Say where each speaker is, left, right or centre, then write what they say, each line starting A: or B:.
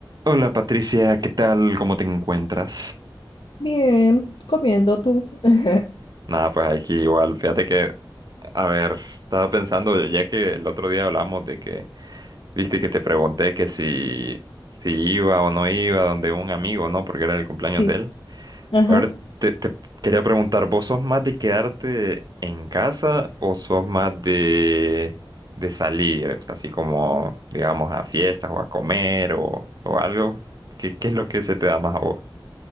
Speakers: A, on the right; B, on the left.
A: Hola Patricia, ¿qué tal? ¿Cómo te encuentras?
B: Bien, comiendo tú. <laughs>
A: Nada, pues aquí igual. Fíjate que, a ver, estaba pensando, ya que el otro día hablamos de que, viste que te pregunté que si, si iba o no iba donde un amigo, ¿no? Porque era el cumpleaños
B: Sí.
A: de él.
B: Ajá.
A: A ver, te, te quería preguntar, ¿vos sos más de quedarte en casa o sos más de, de salir? O sea, así como, digamos, a fiestas o a comer o, o algo. ¿Qué, qué es lo que se te da más a vos?